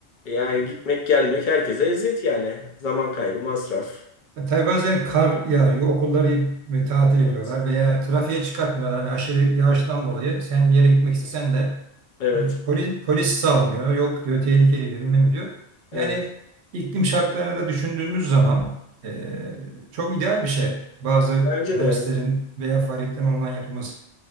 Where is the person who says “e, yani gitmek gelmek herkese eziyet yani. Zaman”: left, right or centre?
Left